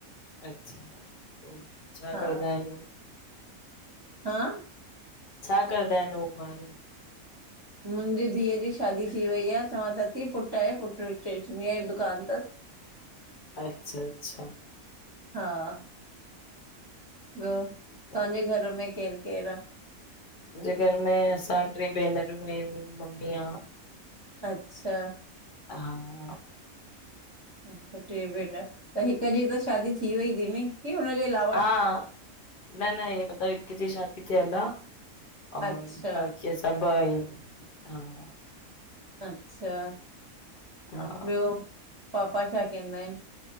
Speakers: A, on the left; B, on the right.
A: अच्छा, पोइ छा
B: हा
A: कंदा आहिनि उ?
B: हा।
A: छा कंदा आहिनि उ ॿार?
B: मुंहिंजी धीअ जी शादी थी वई आ। चवां थ थी पुटु आहें पुटु स्टेशनरीअ जी दुकानु तसि। <inaudible>
A: अच्छा अच्छा।
B: हां ॿियो
A: मुंहिंजे
B: तहांजे घर में केरु केरु आ?
A: जे घर में असां टे भेनरूं आहियूं मम्मी आ
B: अच्छा
A: हा हां।
B: <unintelligible> टे भेनण त हिकु जी त शादी थी वई थी नी की हुनजे अलाव
A: हां न न हे <unintelligible> हिकु जी शादी थियल आ। हा
B: अच्छा
A: बाक़ी सभु आयूं हां।
B: अच्छा
A: हा
B: ॿियो पापा छा कंदा आहिनि